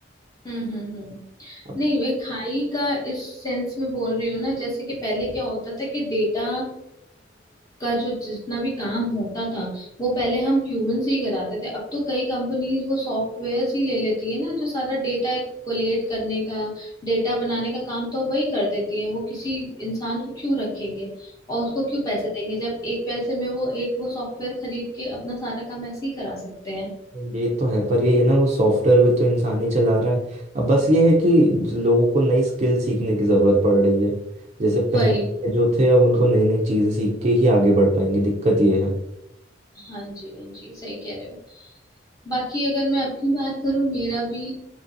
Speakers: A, on the left; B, on the right.
A: हम्म हम्म हम्म।
B: अब
A: नहीं मैं खाई का इस सेंस में बोल रही हूँ ना जैसे कि पहले क्या होता था कि डेटा का जो जितना भी काम होता था वो पहले हम ह्यूमन से ही कराते थे अब तो कई कंपनीज वो सॉफ्टवेयर ही ले लेती है ना जो सारा डेटा कोलेट करने का डेटा बनाने का काम तो वही कर देती है वो किसी इंसान को क्यों रखेंगे और उसको क्यों पैसे देंगे जब एक पैसे में वो एक वो सॉफ्टवेयर खरीद के अपना सारा काम ऐसे ही करा सकते हैं
B: ये तो है पर ये है ना वो सॉफ्टवेयर भी तो इंसान ही चला रहा है अब बस ये है कि ज- लोगों को नई स्किल सीखने की ज़रूरत पड़ रही है जैसे पहले
A: वही
B: के जो थे अब उनको नई नई चीज़ें सीख के ही आगे बढ़ पाएंगे दिक्कत ये है
A: हाँ जी हाँ जी सही कह रहे हो बाकी अगर मैं अपनी बात करूँ मेरा भी